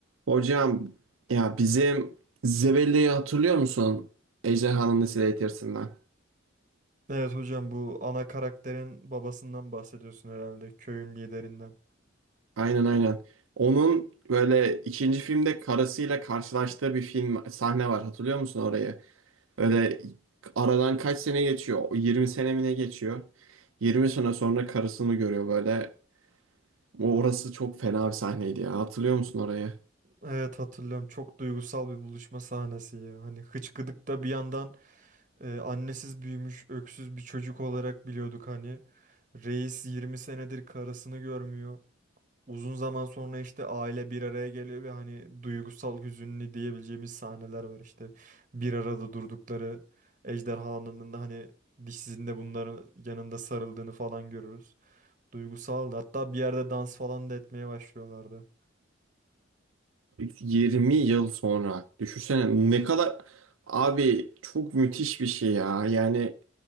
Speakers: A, on the right (about 80°); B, on the right (about 40°).
A: Hocam ya bizim Zebelli'yi hatırlıyor musun? Ejderhanın Nesli Eğitirsinden.
B: Evet hocam bu ana karakterin babasından bahsediyorsun herhalde köyün liderinden.
A: Aynen aynen. Onun böyle ikinci filmde karısıyla karşılaştığı bir film sahne var. Hatırlıyor musun orayı? Öyle aradan kaç sene geçiyor? 20 sene mi ne geçiyor? 20 sene sonra karısını görüyor böyle. O orası çok fena bir sahneydi ya. Hatırlıyor musun orayı?
B: Evet hatırlıyorum çok duygusal bir buluşma sahnesi ya. Hani hıçkıdıkta bir yandan e, annesiz büyümüş öksüz bir çocuk olarak biliyorduk hani. Reis 20 senedir karısını görmüyor. Uzun zaman sonra işte aile bir araya geliyor ve hani duygusal hüzünlü diyebileceğimiz sahneler var işte. Bir arada durdukları ejderhanın da hani dişsizinde bunların yanında sarıldığını falan görürüz. Duygusal. Hatta bir yerde dans falan da etmeye başlıyorlardı.
A: 20 yıl sonra. Düşünsene ne kadar abi çok müthiş bir şey ya. Yani